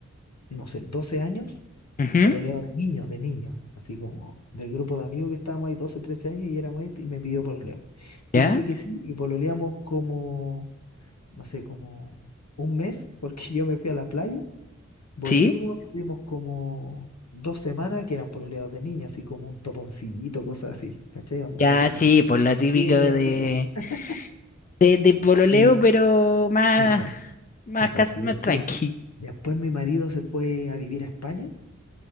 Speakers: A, on the left; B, on the left.
A: no sé, doce años
B: Ujú,
A: pololeo de niños, de niños, así como del grupo de amigos que estábamos ahí 12 13 años y éramos este, y me pidió pololeo.
B: ¿Ya?
A: Yo le dije que sí y pololeamos como, no sé, como un mes, porque <laughs> yo me fui a la playa, volvimos,
B: ¿Sí?
A: tuvimos como dos semanas que eran pololeos de niños, así como un toponcillito, cosas así, ¿cachai? Onda,
B: Ya,
A: decirte
B: sí,
A: te
B: por la típica
A: te quiero,
B: de,
A: así como... <laughs>
B: de, de pololeo,
A: Y
B: pero más,
A: exacto,
B: más,
A: exacto.
B: cas- más
A: Y Después,
B: tranqui.
A: después mi marido se fue a vivir a España,